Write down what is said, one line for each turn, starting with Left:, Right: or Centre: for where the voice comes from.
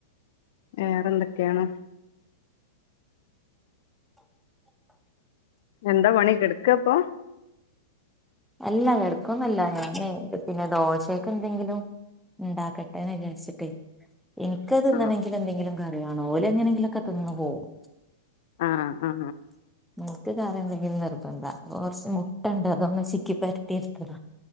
Left: വേറെന്തൊക്കെയാണ് എന്താ പണി കെട്ക്കാപ്പൊ
Centre: അല്ല കെടക്കൊന്നല്ല ഞാഞേ പിന്നെ ദോശക്കെന്തെങ്കിലും ഉണ്ടാക്കട്ടേന്ന് വിചാര്ച്ചിട്ടൈ എനിക്കത്ങ്ങനെങ്കിലുംന്തെങ്കിലും
Left: ആഹ്
Centre: കറിവാണംഓലെങ്ങനെങ്കിലൊക്കെതിന്ന് പോകും
Left: ആ ആ
Centre: ഇന്ക്ക് കറിന്തങ്കിലു നിർബന്ധ കൊറച്ച് മുട്ടണ്ട് അതൊന്ന്ചിക് ക്കി പരത്തിർത്തത